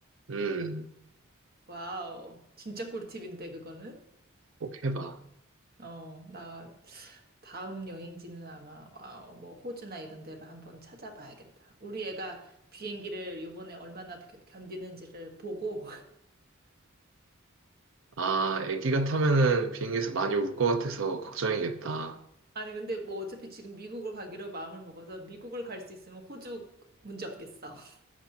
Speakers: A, on the right (about 65°); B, on the right (about 50°).
A: 음,
B: 와우. 진짜 꿀팁인데, 그거는?
A: 꼭 해봐.
B: 어, 나 다음 여행지는 아마 와우, 뭐 호주나 이런 데를 한번 찾아봐야겠다. 우리 애가 비행기를 요번에 얼마나 겨- 견디는지를 보고
A: 아, 애기가 타면은 비행기에서 많이 울 것 같아서 걱정이겠다.
B: 아니, 근데 뭐 어차피 지금 미국을 가기로 마음을 먹어서 미국을 갈 수 있으면 호주 문제 없겠어. <laughs>